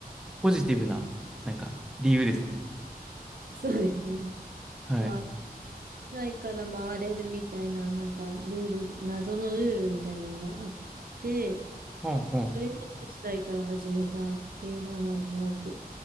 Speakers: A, in the centre; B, on the right.
A: ポジティブな、なんか、理由ですね。
B: <laughs> そうですね。
A: はい。
B: まあ、歳から回れるみたいな、なんかルール、謎のルールみたいなのがあって、
A: ほうほ
B: それで1さ代から始めたっていうのはなんとなく